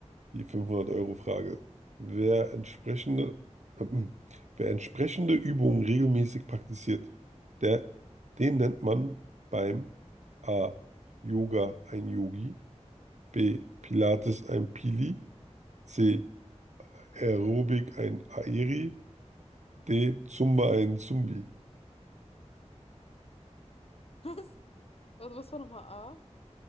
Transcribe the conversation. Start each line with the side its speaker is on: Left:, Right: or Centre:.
Right: Die fünfhundert euro frage Wer entsprechende, ähm, wer entsprechende Übungen regelmäßig praktiziert, der, den nennt man beim A. Yoga ein Yogi. B. Pilates ein Pili. C. Aerobic ein Aeri. D. Zumba einen Zumbi.
Left: <laughs> Was, was was war nochmal A?